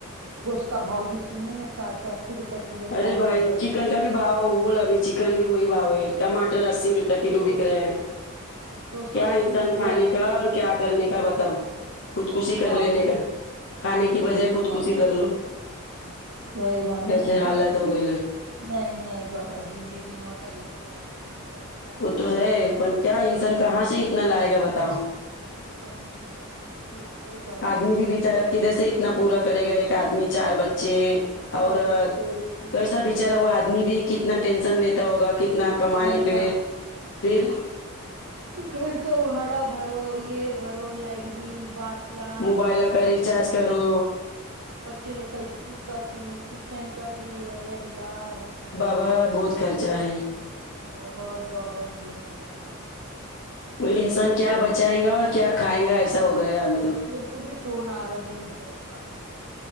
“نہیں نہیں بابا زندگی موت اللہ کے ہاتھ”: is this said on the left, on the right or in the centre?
Right